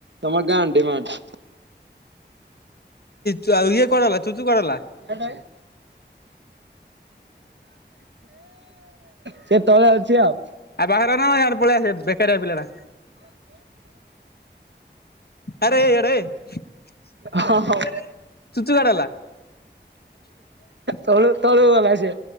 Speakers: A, on the right; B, on the left.
A: ତମର <unintelligible>
B: ତୁ ଆଏଇ କୁଆଡ଼େ ଗଲା ଚୁଚୁ କୁଆଡ଼େ ଗଲା।
A: <unintelligible> ସେ ତଳେ ଅଛି ଆଉ
B: ଆ ପାଖରେ ରହନାମ ଆଡ଼େ ପଳେଇଆସେ ବେ ବେକାରିଆ ପିଲଟା ଆରେ ଇଆଡ଼େ ଚୁଚୁ
A: ହଁ ହଉ
B: କୁଆଡ଼େ ଗଲା? <inaudible>
A: ତଳୁ ତଳୁକୁ ଗଲାସେ